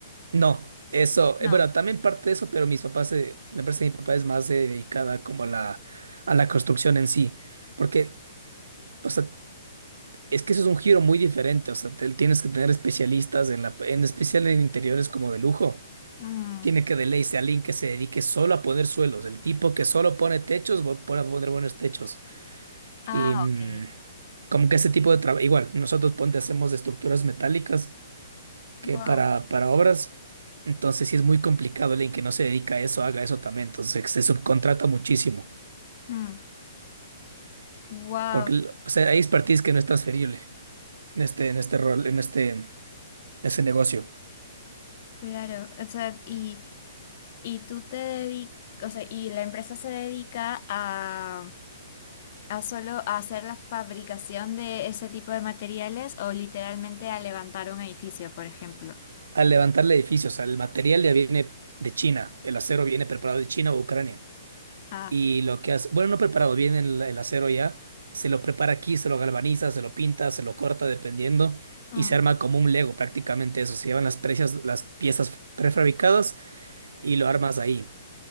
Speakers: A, on the right; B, on the left.
A: No, eso,
B: No.
A: eh, bueno, también parte de eso, pero mis papás, eh, la empresa de mi papá es más eh, dedicada como a la, a la construcción en sí, porque, o sea, es que eso es un giro muy diferente, o sea, te- tienes que tener especialistas en la, en especial en interiores como de lujo.
B: Mm.
A: Tiene que de ley ser alguien que se dedique solo a poner suelos, el tipo que solo pone techos, va a poner buenos techos.
B: Ah,
A: Y mm,
B: ok.
A: como que ese tipo de trabajo, igual, nosotros ponte hacemos de estructuras metálicas
B: Wow.
A: que para, para obras, entonces sí es muy complicado alguien que no se dedica a eso haga eso también, entonces se subcontrata muchísimo,
B: Mm. Wow.
A: porque el- o sea, hay expertise que no es transferible en este, en este rol, en este, ese negocio.
B: Claro, o sea, y, y tú te dedicas, o sea, y la empresa se dedica a, a solo a hacer la fabricación de ese tipo de materiales o literalmente a levantar un edificio, por ejemplo.
A: Al levantar el edificio, o sea, el material ya viene de China, el acero viene preparado de China o Ucrania,
B: Ah,
A: y lo que hace, bueno, no preparado, viene el, el acero ya, se lo prepara aquí, se lo galvaniza, se lo pinta, se lo corta dependiendo.
B: mm,
A: Y se arma como un Lego prácticamente eso. Se llevan las precias, las piezas prefabricadas y lo armas ahí.